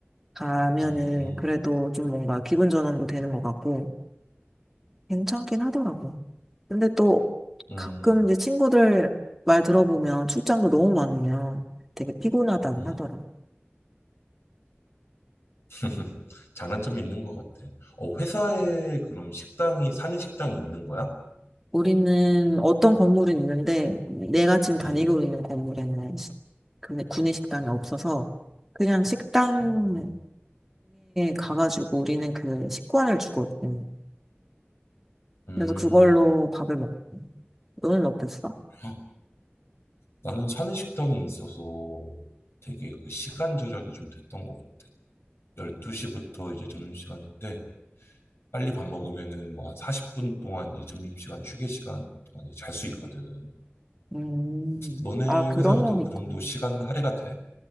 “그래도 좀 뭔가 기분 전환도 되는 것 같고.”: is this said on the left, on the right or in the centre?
Centre